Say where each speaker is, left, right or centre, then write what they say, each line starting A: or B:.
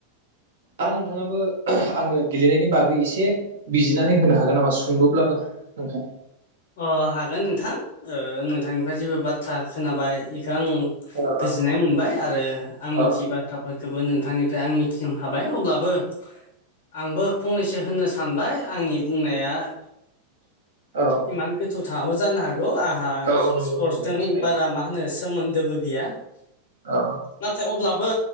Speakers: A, on the right; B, on the left.
A: आं नोंथाङाबो आंनो गेलेनायनि बागै एसे बिजिनानै होनो हागोन नामा सुंद'ब्लाबो नोंथां
B: अ हागोन नोंथां नोंथांनिफ्राय जेबो बाथ्रा खोनाबाय बेखौ आं
A: औ
B: गोजोननाय
A: औ
B: मोनबाय आरो आं मिथियि
A: औ
B: बाथ्राफोरखौबो नोंथांनिफ्राय आं मि <unintelligible> हाबाय अब्लाबो आंबो फंनैसो होननो सानबाय आंनि बुंनाया
A: औ
B: इमान गो थ' थाङाबो जानो हागौ आंहा
A: औ औ नंगौ
B: स्पर्टसजों
A: नंगौ दे जायो
B: बारा
A: दे
B: मा मा होनो सोमोन्दोबो गैया
A: अ
B: नाथाय अब्लाबो